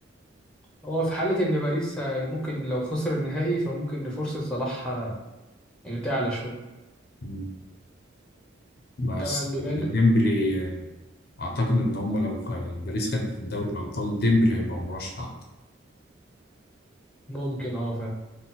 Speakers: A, in the centre; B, on the left.
A: هو في حالة ان باريس آه، ممكن لو خسر النهائي فممكن فرصة صلاح آه، يعني تعلى شوية
B: مم. بس
A: تمام بما ان
B: ديمبلي آه، اعتقد ان هما لو خ- باريس خدت دوري الابطال ديمبلي هيبقى مرشح
A: ممكن اه فعلا